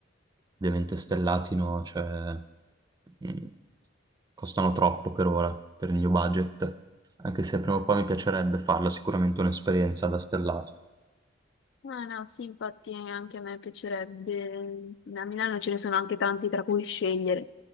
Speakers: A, on the right (about 20°); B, on the left (about 60°).
A: ovviamente stellati, no? Cioè, mm, costano troppo per ora, per il mio budget. Anche se prima o poi mi piacerebbe farlo, sicuramente un'esperienza da stellato.
B: Ah, no, sì, infatti anche a me piacerebbe. A Milano ce ne sono anche tanti tra cui scegliere,